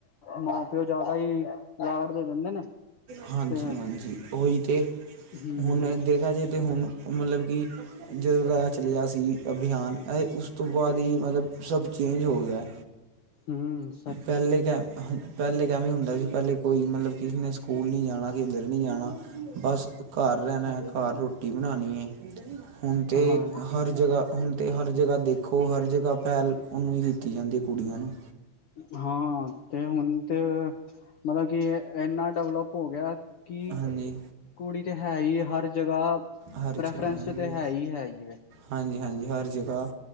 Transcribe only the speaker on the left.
ਮਾਂ ਪਿਓ ਜ਼ਿਆਦਾ ਈ ਲਾਡ ਦੇ ਦਿੰਦੇ ਨੇ।
ਤੇ
ਹਮ
ਹੁੰ
ਹਮ
ਹਾਂ
ਹਾਂ, ਤੇ ਹੁਨ ਤੇ ਮਤਲ ਕਿ ਏਨਾ ਡੇਵਲੈਪ ਹੋ ਗਿਆ ਕਿ
ਕੁੜੀ ਤੇ ਹੈ ਈ ਏ ਹਰ ਜਗ੍ਹਾ
ਪ੍ਰੈਫਰੈਂਸ
ਚ ਤੇ ਹੈ ਈ ਹੈ ਜਿਵੇ